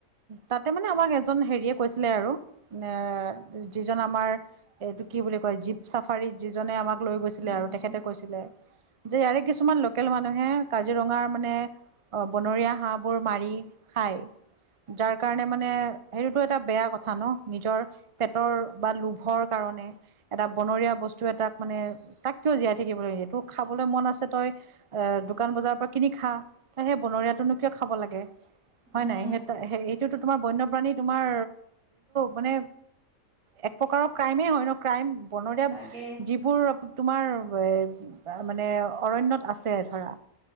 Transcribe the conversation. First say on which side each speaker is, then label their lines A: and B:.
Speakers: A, on the right; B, on the right.
A: তাতে মানে আমাক এজন হেৰিয়ে কৈছিলে আৰু এ যিজন আমাৰ এইটো কি বুলি কয় জীপ চাফাৰীত যিজনে আমাক লৈ গৈছিলে
B: উম
A: আৰু তেখেতে কৈছিলে যে ইয়াৰে কিছুমান লোকেল মানুহে কাজিৰঙাৰ মানে অ বনৰীয়া হাঁহবোৰ মাৰি খায় যাৰ কাৰণে মানে সেইটোতো এটা বেয়া কথা ন নিজৰ পেটৰ বা লোভৰ কাৰ তণে এটা বনৰীয়া বস্তু এটাত মানে, তাক কিয় জীয়াই থাকিব লাগে তোক খাবলে মন আছে তই এ দোকান বজাৰৰ পৰা কিনি খা তই সেই বনৰীয়াটোনো কিয় খাব লাগে। হয়
B: উম
A: নাই সেই এইটোতো তোমাৰ বন্যপ্ৰাণী তোমাৰ মানে এক প্ৰকাৰৰ ক্ৰাইমে হয় ন ক্ৰাইম বনৰীয়া
B: তাকে
A: যিবোৰ তোমাৰ এ মানে অৰণ্যত আছে ধৰা